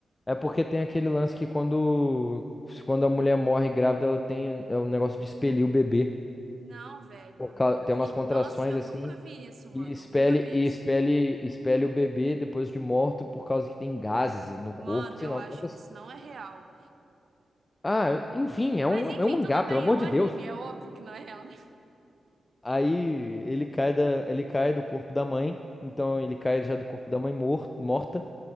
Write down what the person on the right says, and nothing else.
Não, velho,
eu nunca
vi.
Nossa, eu
nunca vi isso, mano,
eu nunca vi
isso.
Mano,
eu
acho
que
isso não é real.
Mas enfim,
tudo
bem,
é um
anime,
é óbvio que não é real, né?